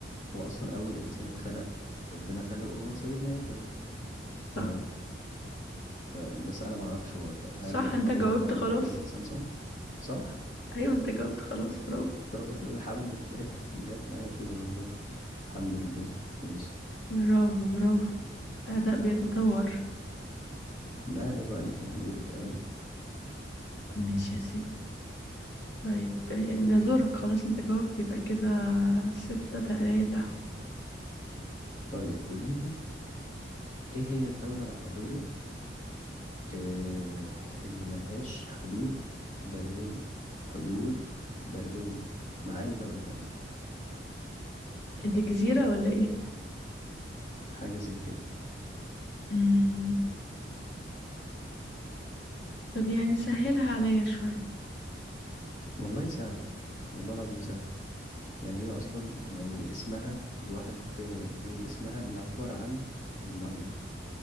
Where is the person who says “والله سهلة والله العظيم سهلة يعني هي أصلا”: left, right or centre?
Left